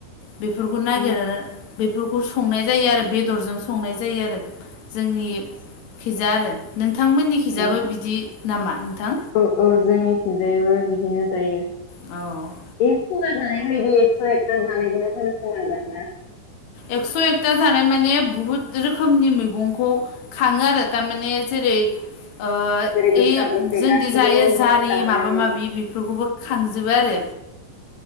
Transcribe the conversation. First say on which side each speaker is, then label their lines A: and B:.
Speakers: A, on the left (about 55°); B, on the left (about 70°).
A: बेफोरखौ
B: ओं
A: नागिरो बेफोरखौ संनाय जायो आरो बेदरजों संनाय जायो आरो जोंनि खिजा आरो नोंथांमोननिखिजाबो
B: ओं
A: बिदि नामा नोंथां?
B: औ औ जोंनिथिंजायबो बिदिनो जायो।
A: औ
B: ए फगा जानायखौदि एकस' एकथ' जानायखौनो होनो खोमा दां ना?
A: एकस' एकथा जानाय माने बुहुद रोखोमनि मैगंखौ खाङो आरो थारमाने जेरै ओ
B: जेरै गोखा
A: ऐ
B: गोखै
A: जोंदि
B: गासैखौबो
A: जायो जारि
B: मिक्स खालामनानै
A: माबा माबि बेफोरखौबो खांजोबो आरो।